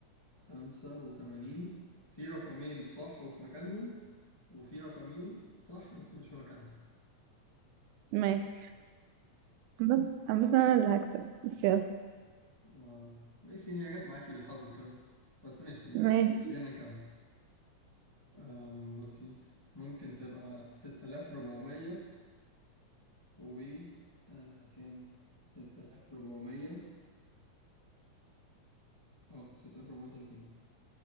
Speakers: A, on the left; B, on the right.
A: خمسة وتمانين في رقمين صح وفي مكانهم وفي رقمين صح بس مش في مكانهم
B: ماشي عامة عامة أنا اللي هكسب بس يلا
A: آه. ماشي هي جت معاكي بالحظ كده بس ماشي
B: ماشي
A: آه، خلينا نكمل آم، بصي ممكن تبقى 6400 و آه كام 6430 اه 6430